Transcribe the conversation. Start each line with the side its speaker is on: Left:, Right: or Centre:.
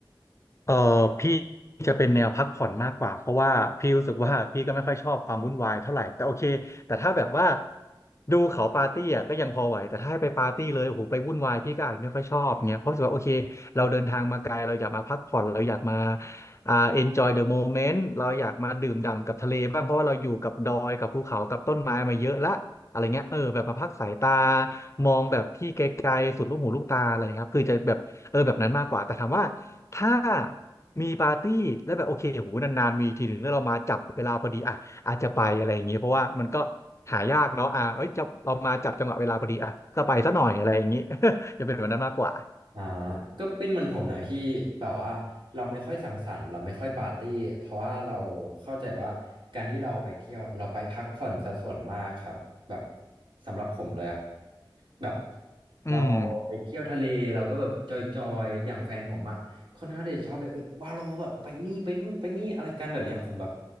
Left: เออพี่จะเป็นแนวพักผ่อนมากกว่าเพราะว่าพี่รู้สึกว่าพี่ก็ไม่ค่อยชอบความวุ่นวายเท่าไหร่แต่โอเคแต่ถ้าแบบว่าดูเขาปาร์ตี้อ่ะก็ยังพอไหวแต่ถ้าให้ไปปาร์ตี้เลยโอ้โหไปวุ่นวายพี่ก็อาจไม่ค่อยชอบเงี้ยเพราะรู้สึกว่าโอเคเราเดินทางมาไกลเราอยากมาพักผ่อนเราอยากมาอ่า enjoy the moment เราอยากมาดื่มด่ำกับทะเลบ้างเพราะว่าเราอยู่กับดอยกับภูเขากับต้นไม้มาเยอะละอะไรเงี้ยเออแบบมาพักสายตามองแบบที่ไกลๆสุดลูกหูลูกตาอะไรครับคือจะแบบเออแบบนั้นมากกว่าแต่ถามว่า ถ้ามีปาร์ตี้แล้วแบบโอเคโหนานๆมีทีหนึ่งแล้วเรามาจับเวลาพอดีอ่ะอาจจะไปอะไรอย่างเงี้ยเพราะว่ามันก็หายากเนาะอ่ะเอ้ยจะเรามาจับจังหวะเวลาพอดีอ่ะก็ไปซะหน่อยอะไรอย่างงี้ <laughs> จะเป็นแบบนั้นมากกว่า
Right: อ่าก็เป็นเหมือนผมหน่อยพี่แบบว่าเราไม่ค่อยสังสรรค์เราไม่ค่อยปาร์ตี้เพราะว่าเราเข้าใจว่าการที่เราไปเที่ยวเราไปพักผ่อนซะส่วนมากครับแบบสำหรับผมเลยอะแบบ
Left: อืม
Right: เราไปเที่ยวทะเลเราก็แบบจอยๆอย่างแฟนผมอะค่อนข้างที่จะชอบเลยเอ้ยวาโลแบบไปนี่ไปนู่นไปนี่อะไรกันแบบเนี้ยผมแบบ